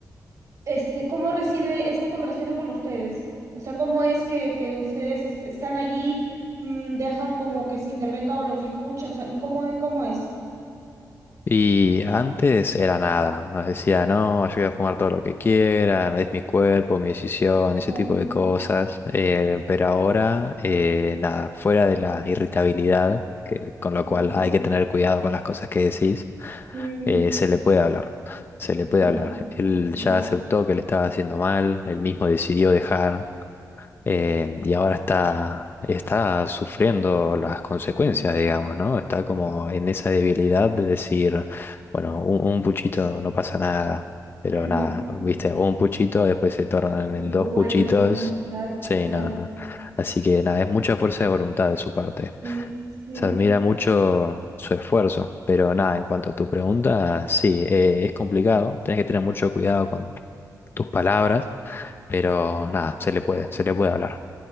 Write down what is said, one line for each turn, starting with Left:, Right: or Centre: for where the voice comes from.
Right: este, ¿cómo recibe esta conversación con ustedes? O sea, ¿cómo es que, que ustedes est- están allí, mm, deja como que se intervenga o los escucha? O sea, ¿cómo es, cómo es?
Left: Y antes era nada, nos decía, no, yo voy a fumar todo lo que quieran, es mi cuerpo, mi decisión, ese
Right: Claro.
Left: tipo de cosas. Eh, pero ahora, eh, nada, fuera de la irritabilidad, que, con lo cual
Right: ujú.
Left: hay que tener cuidado con las cosas que decís,
Right: Mm,
Left: eh, se le puede hablar, se le puede
Right: ya,
Left: hablar. Él
Right: ya.
Left: ya aceptó que le estaba haciendo mal, él mismo decidió dejar, eh, y ahora está, está sufriendo las consecuencias,
Right: ujú.
Left: digamos, ¿no? Está como en esa debilidad de decir, bueno, un, un puchito no pasa nada, pero
Right: Mm,
Left: nada, viste, un puchito después se tornan
Right: O-
Left: en dos
Right: o Vuelves
Left: puchitos.
Right: a lo mismo. claro,
Left: Sí,
Right: claro.
Left: no, no. Así que nada, es mucha fuerza de voluntad de su parte.
Right: Sí, sí.
Left: Se admira mucho su esfuerzo, pero nada, en cuanto a tu pregunta, sí, eh, es complicado, tenés que tener mucho cuidado con tus palabras pero nada, se le puede, se le puede hablar.